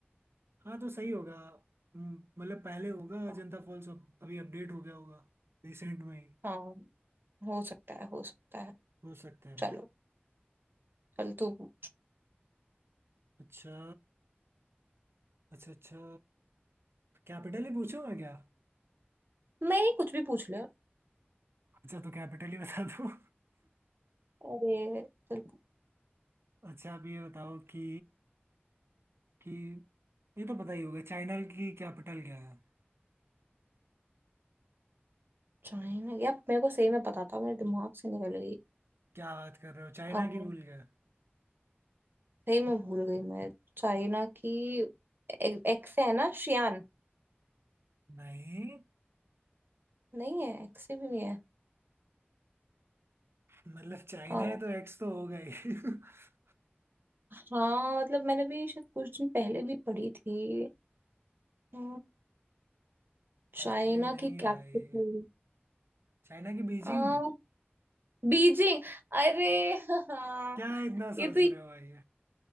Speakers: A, on the right (about 80°); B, on the right (about 60°).
A: हाँ तो सही होगा हम्म, मतलब पहले होगा
B: हाँ
A: अजंता फॉल्स अब अभी अपडेट हो गया होगा रिसेंट में ही
B: हाँ, हो सकता है हो सकता है
A: हो सकता है
B: चलो
A: भाई
B: चल तू पूछ।
A: अच्छा अच्छा अच्छा कैपिटल ही पूछूं मैं क्या
B: नहीं कुछ भी पूछ ले
A: अच्छा तो कैपिटल ही बता दो <laughs>
B: अरे चल
A: अच्छा आप ये बताओ कि कि ये तो पता ही होगा चाइना की कैपिटल क्या है
B: चाइना यार मेरे को सही में पता था मेरे दिमाग से निकल
A: क्या बात कर रहे हो चाइना
B: गई
A: की भूल गए
B: सही में भूल गई मैं चाइना की ए- एक से है ना शियान
A: नहीं
B: नहीं है एक से भी नहीं है
A: मतलब चाइना
B: आ,
A: है तो एक्स तो होगा ही <laughs>
B: हाँ मतलब मैंने भी शायद कुछ दिन पहले भी पढ़ी थी अ, चाइना
A: अरे नहीं
B: की कैपिटल
A: भाई चाइना की बीजिंग
B: आ, बीजिंग अरे हाँ
A: क्या इतना
B: ये
A: सोच
B: तो
A: रहे हो भाई